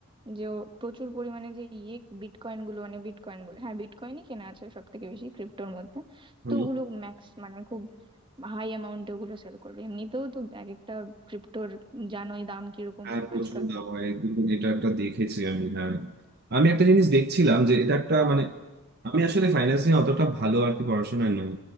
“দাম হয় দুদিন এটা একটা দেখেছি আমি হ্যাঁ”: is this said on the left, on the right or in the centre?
Right